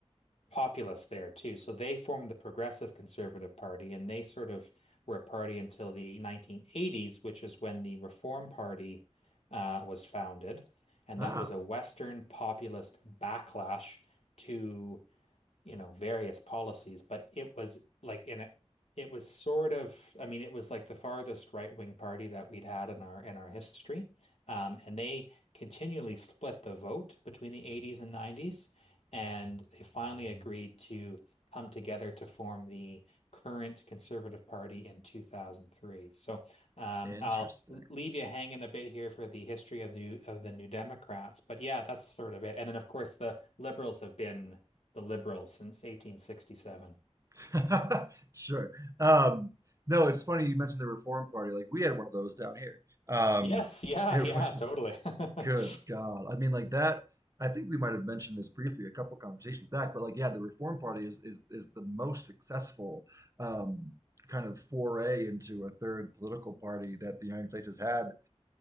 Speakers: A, on the left; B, on the right.
A: populace there too. So they formed the Progressive Conservative Party, and they sort of were a party until the 1980s, which is when the Reform Party uh, was founded. And
B: Ah,
A: that was a Western populist backlash to you know, various policies, but it was like in a, it was sort of, I mean, it was like the farthest right-wing party that we'd had in our in our history. Um, and they continually split the vote between the 80s and 90s, and they finally agreed to come together to form the current Conservative Party in 2003. So um,
B: interesting.
A: I'll leave you hanging a bit here for the history of the of the New Democrats, but yeah, that's sort of it. And then of course the Liberals have been the Liberals since 1867.
B: <laughs> Sure. Um, no, it's funny you mentioned the Reform Party. Like we had one of those down here. Um,
A: Yes, yeah,
B: it
A: yeah,
B: <laughs> was
A: totally. <laughs>
B: good God. I mean, like that. I think we might have mentioned this briefly a couple conversations back, but like, yeah, the Reform Party is is is the most successful um, kind of foray into a third political party that the United States has had